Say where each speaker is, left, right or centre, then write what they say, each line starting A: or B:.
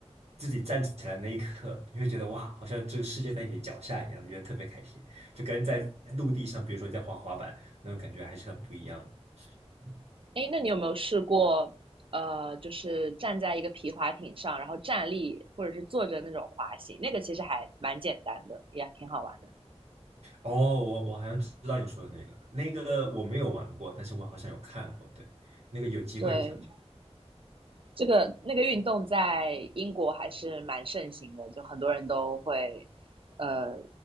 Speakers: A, on the right; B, on the right.
A: 自己站起来那一刻，你会觉得哇，好像这个世界在你脚下一样，觉得特别开心，就跟在陆地上，比如说你在滑滑板，那种感觉还是很不一样的。嗯
B: 哎，那你有没有试过，呃，就是站在一个皮划艇上，然后站立或者是坐着那种滑行？那个其实还蛮简单的，也挺好玩的。
A: 哦，我我好像知道你说的那个，那个我没有玩过，但是我好像有看过，对，那个有机会也想去。
B: 对，这个那个运动在英国还是蛮盛行的，就很多人都会，呃，